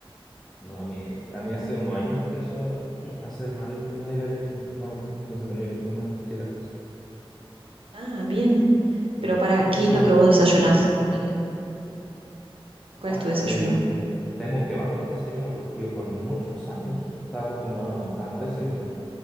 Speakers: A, in the centre; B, on the right.
A: No, a mí, a mí hace unos años me empezó a mm, a hacer mal el tema de la leche normal. Entonces tenía que tomar sin lactosa.
B: Ah, bien.
A: Mm.
B: Pero para
A: Por
B: ¿qué
A: eso te
B: es
A: pregunto.
B: lo que vos desayunás? Ponele. ¿Cuál
A: Wow,
B: es tu desayuno?
A: tengo un, un- tengo un tema con el desayuno porque yo por muchos años estaba acostumbrado a no
B: Mm.
A: a no desayunar.